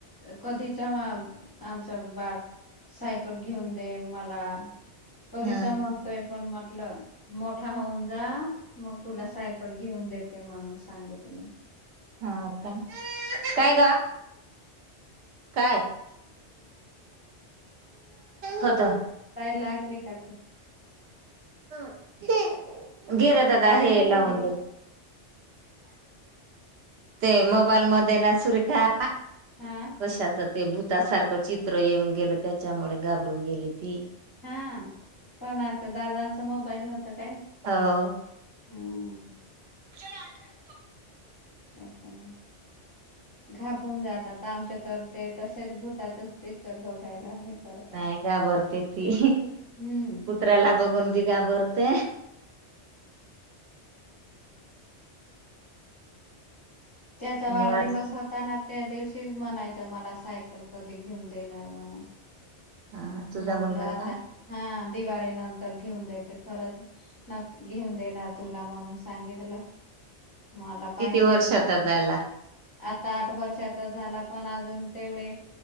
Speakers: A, on the left; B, on the right.
A: कधीच आमचं बाळ सायकल घेऊन दे मला कधीच
B: ह
A: म्हणतोय पण म्हटलं मोठा होऊन जा मग तुला सायकल घेऊन देते म्हणून सांगितले.
B: हा ओ काे काय ग काय? हता
A: काय लागली का?
B: घे रे दादा
A: काय
B: हे
A: का तिथे
B: लावून दे. ते मोबाईल म ना सुरेखा.
A: हा
B: कशाच ते भूतासारख चित्र येऊन गेल त्याच्यामुळे घाबरून गेली ती.
A: हा कोणाचं दादांचं मोबाईल होत काय?
B: हो
A: हम्
B: चलो आठ वाजे
A: त्याच्या घाबरून जातात आमच्या तर ते तसेच भूताच पिक्चर बघायला. करतात
B: नाही घाबरते ती
A: हम्म
B: कुत्र्याला बघून बी घाबरते.
A: त्याचा
B: मी
A: वाढदिवस
B: आज
A: होताना त्या दिवशीच म्हणायचं मला सायकल कधी घेऊन देणार म्हणून
B: हा तुझा
A: म्हटलं
B: मुलगा
A: आता
B: का
A: हा दिवाळी नंत तर घेऊन देत खरच न घेऊन देणार तुला म्हणून सांगित तलं. मला पाहिजेच
B: किती वर्षाचा
A: सांगते.
B: झाला
A: आता आठ वर्षाचा झाला पण अजून तेवढे